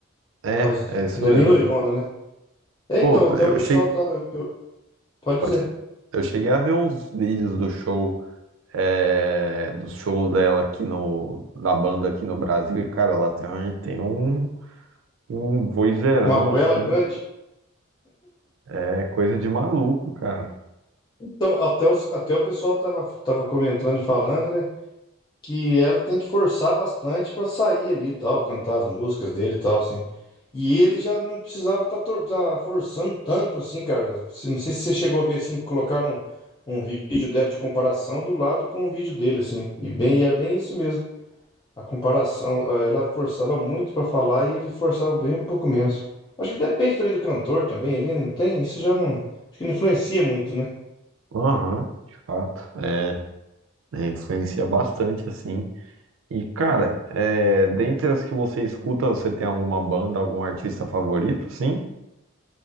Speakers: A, on the right; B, on the left.
A: É,
B: Ela, é mais
A: é isso
B: ela
A: mesmo.
B: é bem loirona, né? É,
A: Pô,
B: então, até
A: eu
B: o pessoal
A: cheguei,
B: tá. eu- eu- pode
A: pode-
B: dizer.
A: eu cheguei a ver uns vídeos do show é, do show dela aqui no da banda aqui no Brasil e cara, ela tem, tem um um vozeirão
B: Uma goela
A: assim,
B: grande.
A: que é coisa de maluco, cara.
B: Então, até, os- até o pessoal tava, tava comentando e falando, né? Que ela tem que forçar bastante pra sair ali e tal, cantar as músicas dele e tal, assim. E ele já não precisava tá, tor- tá forçando tanto, assim, cara. Se- Não sei se você chegou a ver, assim, colocaram um, um vídeo dela de comparação do lado com o vídeo dele, assim. E bem, e é bem isso mesmo. A comparação, eh, ela forçava muito pra falar e ele forçava bem um pouco menos. Acho que depende também do cantor também, ele não tem, isso já não, acho que não influencia muito, né?
A: Aham, de fato. É, é, influencia bastante, assim. E, cara, é, dentre as que você escuta, você tem alguma banda, algum artista favorito, sim?